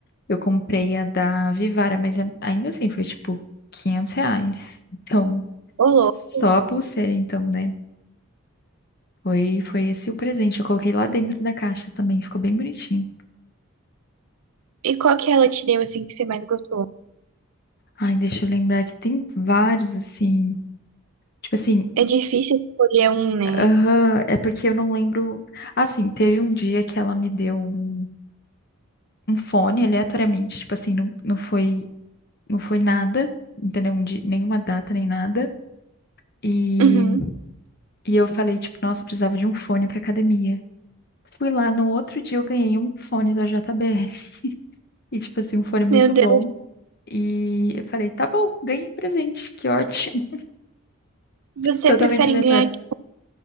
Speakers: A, on the left; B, on the right.
A: Eu comprei a da Vivara, mas a- ainda assim foi tipo 500 reais. Então,
B: Ô, louco.
A: só a pulseira, então, né? Foi, foi esse o presente. Eu coloquei lá dentro da caixa também, ficou bem bonitinho.
B: E qual que ela te deu, assim, que você mais gostou?
A: Ai, deixa eu lembrar que tem vários, assim. Tipo assim,
B: É difícil escolher um, né?
A: aham, é porque eu não lembro. Assim, teve um dia que ela me deu um, um fone aleatoriamente, tipo assim, não, não foi não foi nada, entendeu? Um di- nenhuma data, nem nada. E,
B: Uhum.
A: e eu falei, tipo, nossa, eu precisava de um fone pra academia. Fui lá no outro dia, eu ganhei um fone da JBL. <laughs> E, tipo assim, um fone muito
B: Meu Deus,
A: bom. E eu falei, tá bom, ganhei um presente, que ótimo. <laughs>
B: você
A: Totalmente
B: prefere
A: aleatório.
B: ganhar, tipo,